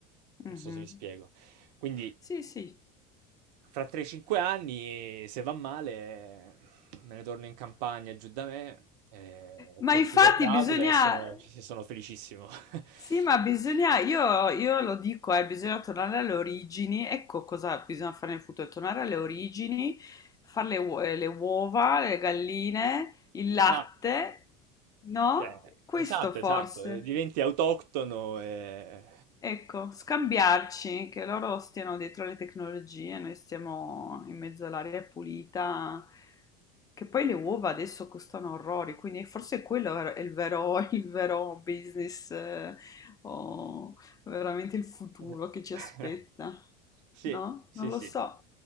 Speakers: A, on the right (about 80°); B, on the left (about 15°).
A: Non
B: Mhm.
A: so se mi spiego. Quindi,
B: Sì, sì.
A: fra 3-5 anni, se va male, me ne torno in campagna giù da me, eh,
B: Ma
A: coltivo
B: infatti
A: fragole
B: bisogna...
A: e sono, sono felicissimo. <laughs>
B: Sì, ma bisogna, io, io lo dico, eh, bisogna tornare alle origini, ecco cosa bisogna fare nel futuro, tornare alle origini, fare le, uo- eh, le uova, le galline, il latte,
A: Esatto.
B: no?
A: Cioè,
B: Questo
A: esatto,
B: forse.
A: esatto, eh, diventi autoctono e...
B: Ecco, scambiarci, che loro stiano dietro le tecnologie, noi stiamo in mezzo all'aria pulita, che poi le uova adesso costano orrori, quindi forse quello è il vero, il vero business, eh, o veramente il futuro
A: <laughs>
B: che ci aspetta.
A: Sì,
B: No?
A: sì,
B: Non lo
A: sì.
B: so.